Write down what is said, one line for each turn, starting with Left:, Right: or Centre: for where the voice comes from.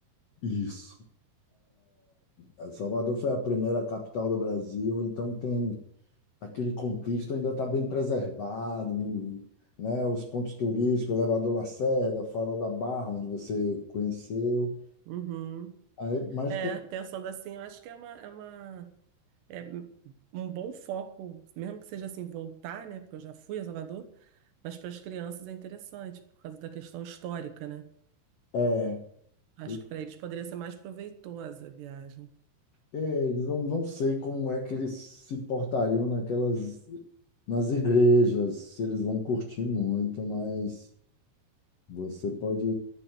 Left: Isso. É, Salvador foi a primeira capital do Brasil, então tem aquele contexto ainda está bem preservado, hum, né? Os pontos turísticos, Elevador Lacerda, Farol da Barra, onde você conheceu.
Right: Uhum.
Left: Aí, mas
Right: É,
Left: tem-
Right: pensando assim, eu acho que é uma, é uma, é um bom foco, mesmo que seja assim, voltar, né? Porque eu já fui a Salvador, mas para as crianças é interessante, por causa da questão histórica, né?
Left: é,
Right: Acho
Left: eu-
Right: que para eles poderia ser mais proveitosa a viagem.
Left: é, eles não, não sei como é que eles se portariam naquelas nas igrejas, se eles vão curtir muito, mas Você pode